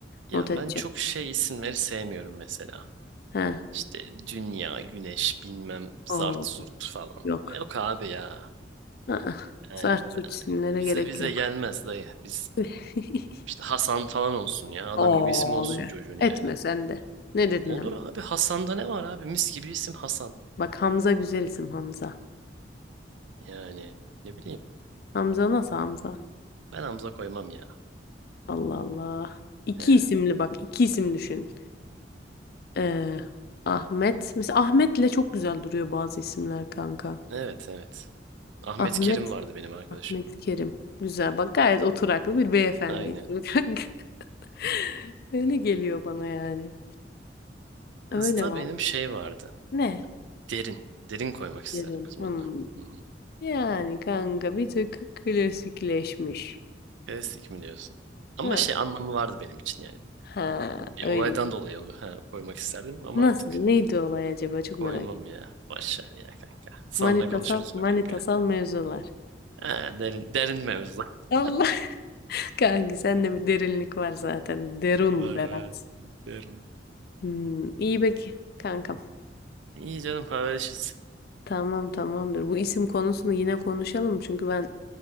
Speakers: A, on the right; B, on the left.
A: Ya
B: Not edeceğim.
A: ben çok şey isimleri sevmiyorum mesela.
B: He.
A: İşte dünya, güneş, bilmem
B: Oo,
A: zart zurt falan.
B: yok.
A: Yok abi ya.
B: Aa,
A: Yani
B: zart zurt
A: ben-
B: isimlere
A: bize
B: gerek
A: bize
B: yok.
A: gelmez dayı. Biz
B: <laughs>
A: işte Hasan falan olsun ya. Adam
B: Abi.
A: gibi isim olsun çocuğun
B: Etme
A: yani.
B: sen de. Ne dedin
A: Olur
B: hemen?
A: abi Hasan'da ne var abi? Mis gibi isim Hasan.
B: Bak Hamza güzel isim Hamza.
A: Yani ne bileyim.
B: Hamza nasıl Hamza?
A: Ben Hamza koymam ya.
B: Allah Allah. İki
A: He.
B: isimli bak iki isim düşün. Ee, Ahmet. Mesela Ahmet'le çok güzel duruyor bazı isimler kanka.
A: Evet evet. Ahmet
B: Ahmet.
A: Kerim vardı benim arkadaşım.
B: Ahmet Kerim. Güzel bak gayet oturaklı bir beyefendi
A: Aynen.
B: ismi kanka. <laughs> Öyle geliyor bana yani.
A: Kızda
B: Öyle var.
A: benim şey vardı.
B: Ne?
A: Derin. Derin koymak isterdim
B: Kerim.
A: kızın
B: Hmm.
A: adına. Hı hı.
B: Yani kanka bir tık klasikleşmiş.
A: Klasik mi diyorsun? Ama
B: Ha,
A: şey anlamı vardı benim için yani.
B: ha
A: Bir
B: öyle.
A: olaydan dolayı onu ha, koymak isterdim ama
B: Nasıl?
A: artık
B: Neydi olay acaba? Çok
A: koymam
B: merak ediyorum.
A: ya. Boş ver ya kanka. Sonra
B: Manitasal,
A: konuşuruz
B: manitasal
A: be kanka.
B: mevzular.
A: Ha, derin, derin mevzu. <laughs>
B: Allah <laughs> kanki sende bir derinlik var zaten. Derun
A: Var
B: Berat.
A: var. Derin.
B: Hmm, iyi peki kankam.
A: İyi canım haberleşiriz.
B: Tamam tamamdır. Bu isim konusunu yine konuşalım. Çünkü ben